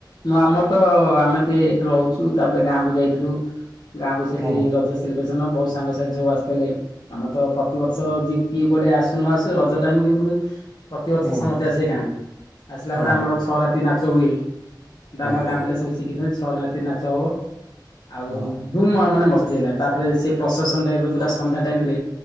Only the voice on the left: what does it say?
ନୂଆମ ତ ଆମେ ଥେ ଏ ରହୁଛୁ ତାପରେ ଗାଁ କୁ ଯାଇ ଥ୍ଲୁ ଗାଁ କୁ ସେଥି
ରଜସ୍ ଝଉ ଆସଥିଲେ ଆମର ତ ପ୍ରତିବର୍ଷ ଜି କିଏ କୁଆଡ଼େ ଆସୁ ନଆସୁ ରଜ ଟାଇମଇବୃ ପ୍ରତିିବର୍ଷ
ସମସ୍ତେ ଆସେ ଗାଁକୁ ଆସିଲା
ପରେ ଆମର ଛଅ ରାତି ନାଚ ହୁଏ ଦାମା
ଗାଁ ପିଲା ସବୁ ଶିଖିଥାନ୍ତି ଛଅ ନାତି ନାଚ ହବ ଆଉ
ଦୁମ୍ ମାଓମାନେ ମସ୍ ହେଇଲା ତାପରେ ସେ ପ୍ରଶେସନ୍ ଟାଇପରୋ ଯଟା ସନ୍ଧ୍ୟା ଟାଇମ ରେ